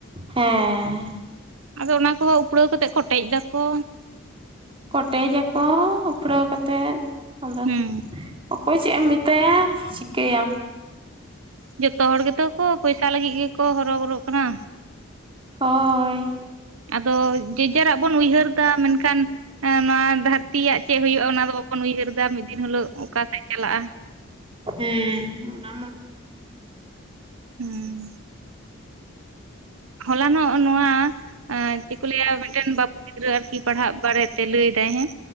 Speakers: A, on the right; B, on the right.
A: ᱦᱮᱸᱻ
B: ᱟᱫᱚ ᱚᱱᱟ ᱠᱚᱸᱦᱚ ᱩᱯᱲᱟᱹᱣ ᱠᱟᱛᱮᱫ ᱠᱚᱴᱮᱡ ᱫᱟᱠᱚ
A: ᱠᱚᱴᱮᱡᱽᱟᱠᱚ ᱩᱯᱲᱟᱹᱣ ᱠᱟᱛᱮᱫ ᱟᱫᱚ
B: ᱦᱩᱸ
A: ᱚᱠᱚᱭ ᱪᱮᱫ ᱮᱢ ᱢᱮᱛᱟᱭᱟ ᱪᱤᱠᱟᱹᱭᱟᱢ
B: ᱡᱚᱛᱚ ᱦᱚᱲ ᱜᱮᱛᱚ ᱠᱚ ᱯᱚᱭᱥᱟ ᱞᱟᱹᱜᱤᱫ ᱜᱮᱠᱚ ᱦᱚᱨᱚᱵᱚᱨᱚᱜ ᱠᱟᱱᱟ᱾
A: ᱦᱳᱭ
B: ᱟᱫᱚ ᱡᱮᱡᱟᱨᱟᱜ ᱵᱚᱱ ᱩᱭᱦᱟᱹᱨ ᱫᱟ ᱢᱮᱱᱠᱷᱟᱱ ᱮ ᱱᱚᱣᱟ ᱫᱟᱹᱨᱛᱤᱭᱟᱜ ᱪᱮᱫ ᱦᱳᱭᱳᱜᱼᱟ ᱚᱱᱟ ᱫᱚ ᱵᱟᱵᱚᱱ ᱩᱭᱦᱟᱹᱨ ᱫᱟ ᱢᱤᱫ ᱫᱤᱱ ᱦᱤᱞᱳᱜ ᱚᱠᱟᱥᱮᱫ ᱪᱟᱞᱟᱜᱼᱟ
A: ᱦᱮᱸ ᱚᱱᱟᱢᱟ
B: ᱦᱩᱸ᱾ ᱦᱚᱞᱟ ᱱᱚᱜ ᱱᱚᱣᱟ ᱮ ᱪᱮᱫ ᱠᱚ ᱞᱟᱹᱭᱟ ᱢᱤᱫᱴᱮᱱ ᱵᱟᱹᱵᱩ ᱜᱤᱫᱽᱨᱟᱹ ᱟᱨᱠᱤ ᱯᱟᱲᱦᱟᱜ ᱵᱟᱨᱮᱛᱮ ᱞᱟᱹᱭ ᱫᱟᱭ ᱦᱮᱸ